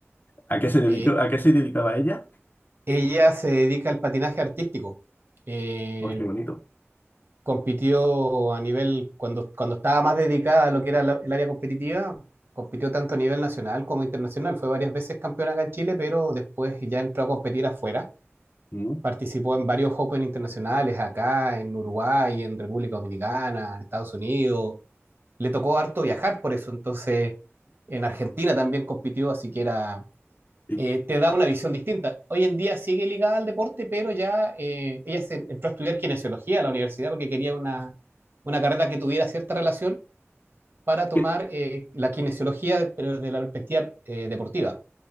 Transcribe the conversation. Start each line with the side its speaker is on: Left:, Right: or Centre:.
Left: ¿A qué se dedicó,
Right: Eh,
Left: a qué se dedicaba ella?
Right: ella se dedica al patinaje artístico. Eh,
Left: ¡Ay, qué bonito!
Right: compitió a nivel, cuando, cuando estaba más dedicada a lo que era la- el área competitiva, compitió tanto a nivel nacional como internacional. Fue varias veces campeona acá en Chile, pero después ya entró a competir afuera.
Left: Mm.
Right: Participó en varios Open internacionales acá, en Uruguay, en República Dominicana, en Estados Unidos. le tocó harto viajar por eso, entonces en Argentina también compitió, así que era,
Left: ¿Y
Right: eh, te da una visión distinta. Hoy en día sigue ligada al deporte, pero ya eh, ella se entró a estudiar kinesiología a la universidad porque quería una, una carrera que tuviera cierta relación para tomar
Left: qué-
Right: eh, la kinesiología, pero de la perspectiva eh, deportiva.